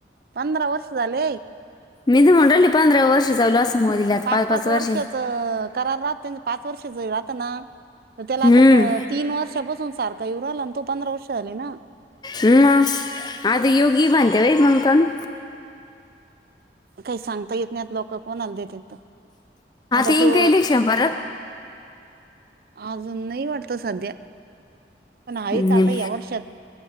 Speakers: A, on the right (about 55°); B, on the left (about 25°).
A: पंधरा वर्ष झाले
B: मी तर म्हणून राहिले पंधरा वर्ष चालू असं मोदीला आता
A: पाच पाच वर्षच
B: वर्ष
A: करार राहते पाच वर्ष ज राहता ना त्याला
B: हम्म
A: आता तीन वर्ष बसून सारख काही उहिला आणि तो पंधरा वर्ष झाली ना
B: हम आता य की भते बाई मंकान
A: काही सांगता येत नाहीत लोक कोणाल देत तर आता
B: येईन
A: तो
B: का इलेक्शन परत
A: अजून नाही वाटत सध्या पण आहेच
B: हम्
A: आता या वर्षात